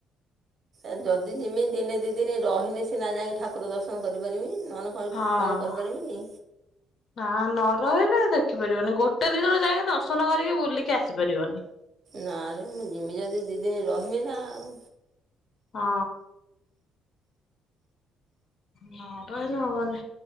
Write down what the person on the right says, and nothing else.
ଏ ଯଦି ଯିମି ଦିନେ ଦି ଦିନି ରହିନେ, ସିନା ଯାଇ ଠାକୁର ଦର୍ଶନ କରିପାରିବି। ନହେଲେ କ
କଣ କରିପାରିବିନି?
ନାରେ, ମୁଁ ଯିମି ଯଦି ଦି ଦିନି ରହମି ନା ଆଉ।